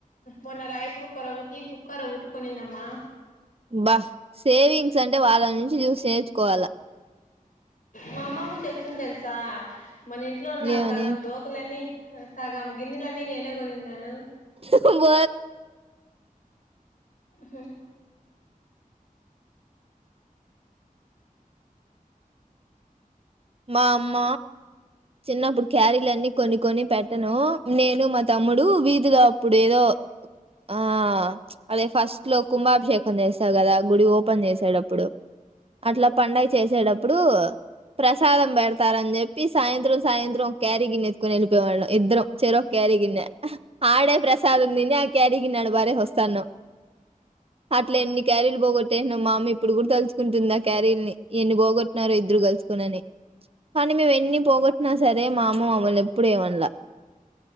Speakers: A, on the left; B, on the right.
A: మన రైస్ కుక్కర్ ఒకటి కుక్కర్ కొనిందమ్మా
B: బా సేవింగ్స్ అంటే వాళ్ళ నుంచి చూసి నేర్చుకోవాలా
A: మామ్మమ్మ చెప్తుంది తెల్సా మన ఇంట్లో ఉన్న నా
B: ఏమని
A: సగం దోకలని సాగామ్ గినిలా నన్ ఏనగోనిన్ నాను
B: బ
A: హ్మ్మ్
B: మా అమ్మ చిన్నప్పుడు క్యారీలన్నీ కొన్ని కొని పెట్టను నేను మా తమ్ముడు వీధిలో ఇప్పుడు ఏదో ఆ అదే ఫస్ట్ లో కుంభాభిషేకం చేస్తా కదా గుడి ఓపెన్ చేసాడుప్పుడు అట్లా ప చేసేటప్పుడు ప్రసాదం పెడతారని చెప్పి చెి సాయంత్రం సాయంత్రం క్యారీ గిన్నె ఎత్తుకొని వెళ్ళిపోే వాళ్ళం ఇద్దరం చెర ఒక క్యారిీ గిన్నె ఆడే ప్రసాదం తిని ఆ కారి గిన్ని ఆ వారే వస్తాన్నా్ అట్ల ఎన్ని క్యారీలు పోగొట్టేన్నా మామ ఇప్పుడు కూడా తలుచసుకుంటుందా క్యారీల్ ని ఎన్ని పోగొట్టినారో ఇద్దరు కలుసు ని కానీ మేము ఎన్ని పోగొట్టినా సరే మా అమ్మ అమ్మలు ఎప్పుడ ఏమనల